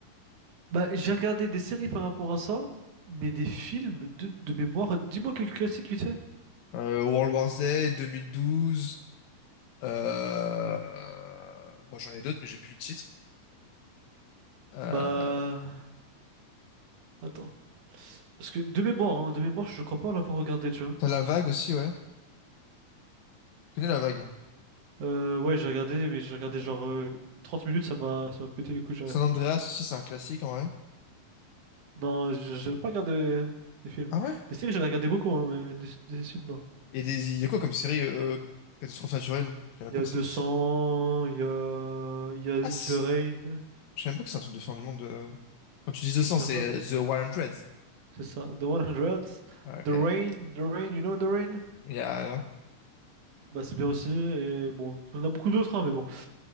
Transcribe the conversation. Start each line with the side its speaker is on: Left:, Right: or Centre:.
Right: Bah, j'ai regardé des séries par rapport à ça, mais des films de, de mémoire. Dis-moi quelques classiques vite fait.
Left: Euh, World War Z, 2012. Euh... Bon, j'en ai d'autres, mais j'ai plus le titre. Euh...
Right: Bah, attends. Parce que de mémoire, hein, de mémoire, je crois pas l'avoir regardé, tu vois.
Left: T'as La Vague aussi, ouais. Tu connais La Vague?
Right: Euh, ouais, j'ai regardé, mais j'ai regardé
Left: Ok.
Right: genre euh, 30 minutes, ça m'a ça m'a pété les couilles, j'ai
Left: San
Right: arrêté.
Left: Andreas aussi, c'est un classique en vrai.
Right: Non, je je n'ai pas regardé des films.
Left: Ah ouais?
Right: Des séries, j'en ai regardé beaucoup, hein, mais des, des films, non.
Left: Et des... il y a quoi comme série euh, catastrophe naturelle? Je savais même
Right: Il y
Left: pas
Right: a
Left: que
Right: deux
Left: ça existait.
Right: cents, il y a, il y a
Left: Ah, c'est-
Right: The Rain.
Left: je savais même pas que c'est un truc de fin du monde. euh. Quand tu dis The
Right: Ouais,
Left: 100,
Right: c'est
Left: c'est
Right: incroyable. hein.
Left: euh, The 100.
Right: C'est ça, The 100,
Left: Ah,
Right: The
Left: Ok.
Right: Rain, The Rain, you know The Rain?
Left: Il y a... alors.
Right: Bah, c'est bien aussi, et bon, on en a beaucoup d'autres, hein, mais bon. De